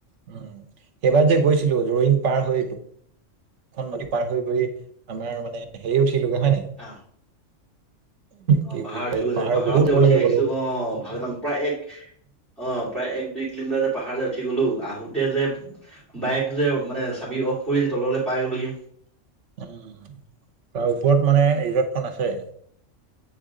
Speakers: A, on the right; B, in the centre.
A: উম সেইবাৰ যে গৈছিলো ৰইং পাৰ হৈ দুখন নদী পাৰ হৈ গৈ আমাৰ মানে হেৰি উঠিলোগে হয় নাই
B: আ। অ
A: কি
B: পাহাৰত
A: বুলি কয়
B: উঠিলোগে
A: পাহাৰ
B: যে, পাহাৰত
A: বহুত
B: যে
A: ওপৰলৈকে
B: উঠি আহিছিলো
A: গ'লো।
B: অঁ ভালেমান প্ৰায় এক অ প্ৰায় এক দুই কিলোমিটাৰ যে পাহাৰ যে উঠি গলো, আহোতে যে বাইক যে মানে চাবি অফ কৰি যে তললে পায় গলোহি।
A: উম তাৰ ওপৰত মানে ৰিজৰ্টখন আছে।